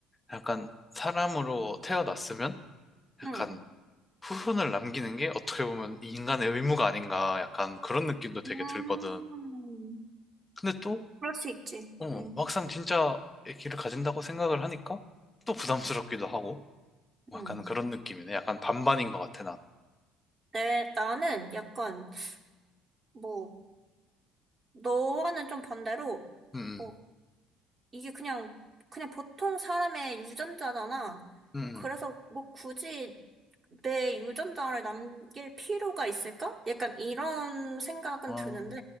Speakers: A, on the left; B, on the right.
A: 약간 사람으로 태어났으면, 약간
B: 응.
A: 후손을 남기는 게 어떻게 보면 인간의 의무가 아닌가, 약간 그런 느낌도 되게
B: 음,
A: 들거든. 근데 또
B: 그럴 수 있지.
A: 어,
B: 응,
A: 막상 진짜 애기를 가진다고 생각을 하니까 또 부담스럽기도 하고 약간
B: 응.
A: 그런 느낌이네. 약간 반반인 것 같아, 난.
B: 네, 나는 약간, 뭐, 너와는 좀 반대로,
A: 음,
B: 뭐, 이게 그냥, 그냥 보통 사람의 유전자잖아.
A: 음, 음,
B: 그래서
A: 음.
B: 뭐 굳이 내 유전자를 남길 필요가 있을까? 약간 이런 생각은
A: 아,
B: 드는데